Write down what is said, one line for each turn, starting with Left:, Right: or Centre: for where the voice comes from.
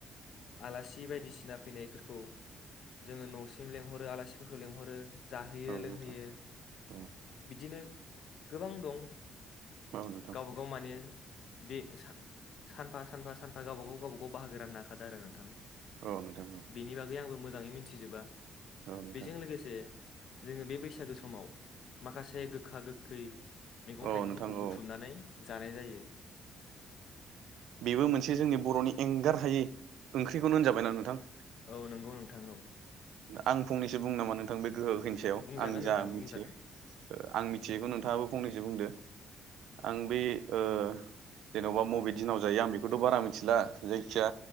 Left: आलासि बायदिसिना फैनायफोरखौ जोङो न'सिम लेंहरो आलासिफोरखौ लेंहरो जाहोयो
Right: औ
Left: लोंहोयो
Right: नोंथां औ
Left: बिदिनो गोबां दं
Right: नोंथां
Left: गावबा गाव माने दे सानफा सानफा सानफा गावबागाव गावबागाव बाहागो राननो हाखादों आरो नोंथां
Right: औ नोंथां औ
Left: बेनि बागै आंबो मोजां मोजाङै मिथिजोबा
Right: औ नोंथां
Left: बेजों लोगोसे जोङो बे बैसागो समाव माखासे गोखा गोखै मैगं-थाइगं
Right: औ नोंथां
Left: खौ बुथुमनानै
Right: औ
Left: जानाय जायो
Right: बेबो मोनसे जोंनि बर'नि एंगार हायै ओंख्रिखौनो होनजाबायना नोंथां
Left: औ नंगौ नोंथां औ
Right: आं फंनैसो बुंनो नामा नोंथां बे गोखा गोखैनि सायाव
Left: बुंजागोन
Right: आं जा
Left: नोंथां
Right: मिथियो
Left: बुंजागोन
Right: आं ओ मिथियैखौ नोंथाङाबो फंनैसो बुंदो आं बे ओ जेनेबा मबे दिनाव जायो आं बेखौथ' बारा मिथिला जायखिया